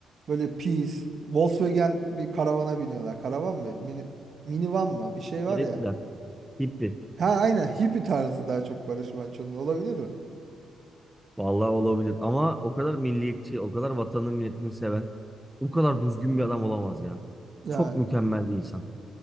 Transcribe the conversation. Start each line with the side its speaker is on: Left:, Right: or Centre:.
Right: böyle pis Volkswagen bir karavana biniyorlar. Karavan mı? Mini, minivan mı? Bir şey var
Centre: Garipler.
Right: ya.
Centre: Hippi.
Right: Ha aynen hippie tarzı daha çok Barış Manço'nun olabilir mi?
Centre: Vallahi olabilir. Ama o kadar milliyetçi, o kadar vatanını milletini seven, o kadar düzgün bir adam olamaz ya.
Right: Ya
Centre: Çok mükemmel bir insan.